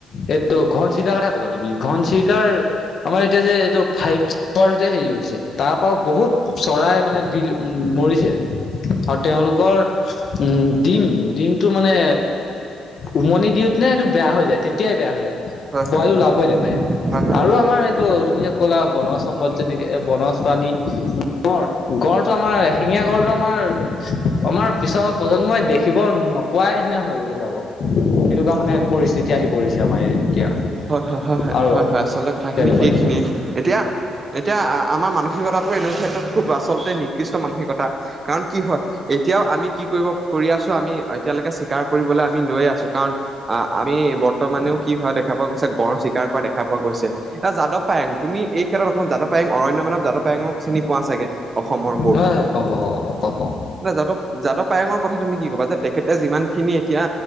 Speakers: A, on the left; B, on the right.
A: এইটো ঘন চিৰিকাৰ কথা ক'লা তুমি ঘন চিৰিকাৰ আমাৰ এতিয়া যে এইটো ফাইভ জি হেৰি হৈছে তাৰ পৰাও বহুত চৰাই মানে বিলু উ মৰিছে আৰু তেওঁলোকৰ উম ডিম ডিমটো মানে উমনি দিওঁত নে এইটো বেয়া হৈ যায় তেতিয়াই বেয়া হৈ যায়
B: হয়
A: পোৱালি
B: হয়
A: উলাবই নাপায়
B: হয় হয়।
A: আৰু আমাৰ এইটো তুমি যে ক'লা বনজ সম্পদ যেনেকে বনজ প্ৰাণী গঁড় গঁড়টো আমাৰ এশিঙীয়া গঁড়টো আমাৰ আমাৰ পিছৰ প্ৰজন্মই দেখিব নোপোৱা নিচিনা হৈ যাব। এনেকুৱা মানে পৰিস্থিতি আহি পৰিছে আমাৰ এতিয়া
B: হয় হয় হয় হয়
A: আৰু
B: হয় হয় আচলতে কথাখিনি
A: তেনেকুৱাৰে
B: সেইখিনিয়ে
A: হয়
B: এতিয়া এতিয়া আমাৰ মানসিকতাটো এনেকুৱা ক্ষেত্ৰত খুব আচলতে নিকৃষ্ট মানসিকতা কাৰণ কি হয় এতিয়াও আমি কি কৰিব কৰি আছোঁ আমি এতিয়ালৈকে চিকাৰ কৰিবলৈ আমি লৈয়ে আছো কাৰণ আ আমি বৰ্তমানেও কি হোৱা দেখ খা পোৱা গৈছে গঁড় চীকাৰ কৰা দেখা পোৱা গৈছে অ যাদৱ পায়েঙ তুমি এই ক্ষেত্ৰত অকমান যাদৱ পায়েঙ অৰণ্য মানৱ যাদৱ পায়েঙক চিনি পোৱা চাগে অসমৰ
A: হয় হয় পাওঁ পাওঁ প প পাওঁ পাওঁ
B: নয় যাদৱ যাদৱ পায়ঙৰ কথা তুমি কি ক'বা যে তেখেতে যিমানখিনি এতিয়া